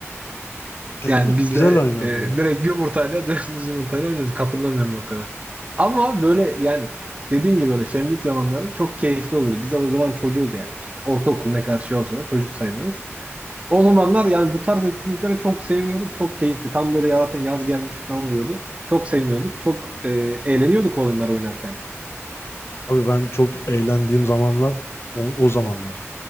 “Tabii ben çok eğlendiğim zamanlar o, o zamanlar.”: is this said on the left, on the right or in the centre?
Left